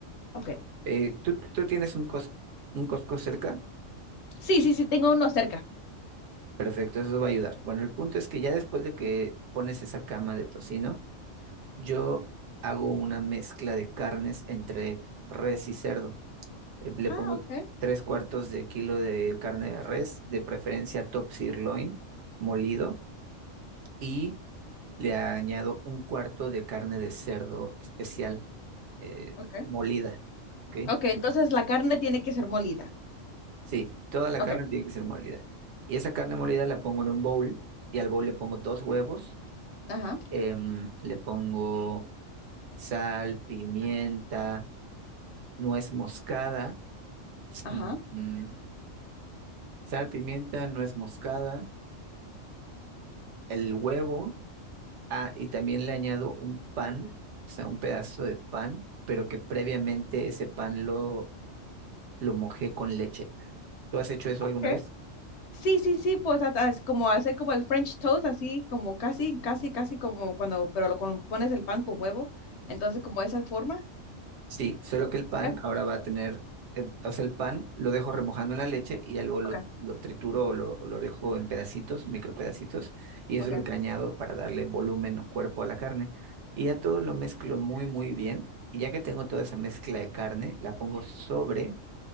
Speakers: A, on the left (about 65°); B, on the right (about 65°).
A: Ok.
B: Eh, ¿tú, tú tienes un cos, un Costco cerca?
A: Sí, sí, sí, tengo uno cerca.
B: Perfecto, eso va a ayudar. Bueno, el punto es que ya después de que pones esa cama de tocino, yo hago una mezcla de carnes entre res y cerdo. Eh, Le
A: Ah,
B: pongo
A: ok,
B: tres cuartos de kilo de carne de res, de preferencia top sirloin molido, y le añado un cuarto de carne de cerdo especial eh,
A: ok.
B: molida. ¿Ok?
A: Ok, entonces la carne tiene que ser molida.
B: Sí, toda la
A: Ok,
B: carne tiene que ser molida. Y esa carne molida la pongo en un bowl y al bowl le pongo dos huevos,
A: ajá,
B: em, le pongo sal, pimienta, nuez moscada,
A: ajá.
B: mm, mm, sal, pimienta, nuez moscada, el huevo Ah, y también le añado un pan, o sea, un pedazo de pan, pero que previamente ese pan lo, lo mojé con leche. ¿Tú has hecho eso
A: Ok.
B: alguna vez?
A: Sí, sí, sí, pues hasta es como hacer como el French toast, así como casi, casi, casi como cuando, pero lo con- pones el pan con huevo. Entonces, como esa forma.
B: Sí, solo que el pan
A: Ok,
B: ahora va a tener, eh, o sea, el pan lo dejo remojando en la leche y ya luego lo,
A: ok,
B: lo trituro o lo, o lo dejo en pedacitos, micropedacitos, y
A: ok,
B: eso es lo que añado para darle volumen o cuerpo a la carne. Y ya todo lo mezclo muy, muy bien, y ya que tengo toda esa mezcla de carne, la pongo sobre